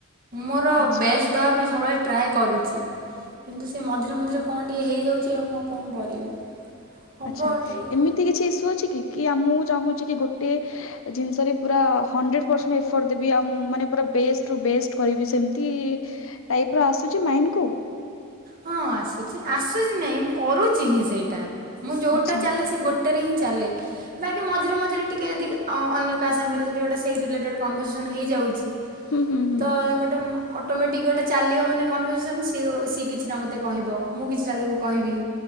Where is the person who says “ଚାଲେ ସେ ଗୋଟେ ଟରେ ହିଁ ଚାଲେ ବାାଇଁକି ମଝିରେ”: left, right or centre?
Right